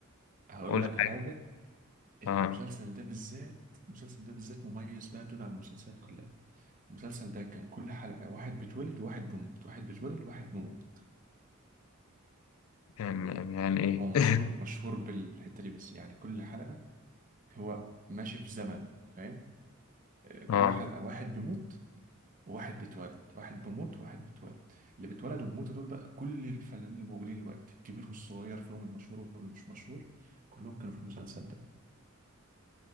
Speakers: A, on the right; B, on the left.
A: هقول
B: قول
A: لك حاجة
B: حاجة
A: المسلسل
B: اه
A: ده بالذات المسلسل ده بالذات مميز بقى دون عن المسلسلات كلها المسلسل ده كان كل حلقة واحد بيتولد وواحد بيموت واحد بيتولد وواحد بيموت
B: يعني يعني ايه
A: هو مشهور
B: <laughs>
A: مشهور بالحتة دي بس يعني كل حلقة هو ماشي في زمن فاهم آه، كل
B: اه
A: حلقة واحد بيموت واحد بيتولد واحد بيموت واحد بيتولد اللي بيتولد وبيموتوا دول بقى كل الفنانين الموجودين دلوقتي الكبير والصغير فيهم المشهور واللي مش مشهور كلهم كانوا في المسلسل ده